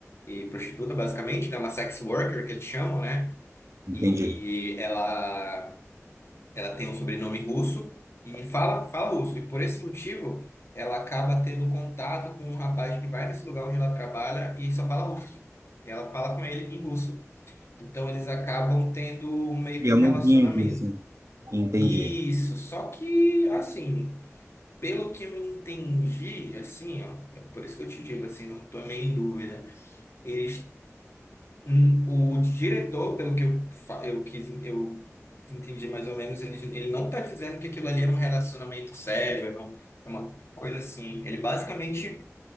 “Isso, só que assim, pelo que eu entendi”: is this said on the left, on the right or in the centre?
Left